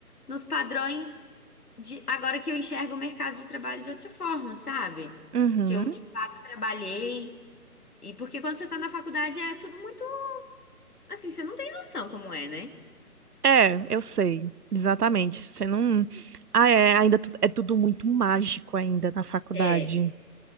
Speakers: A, on the left; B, on the right.
A: nos padrões de agora que eu enxergo o mercado de trabalho de outra forma, sabe?
B: Uhum.
A: Que eu de fato trabalhei. E porque quando você está na faculdade é tudo muito Assim, você não tem noção como é, né?
B: É, eu sei, exatamente. Você não. Ah, é, ainda tu- é tudo muito mágico ainda na faculdade.
A: É,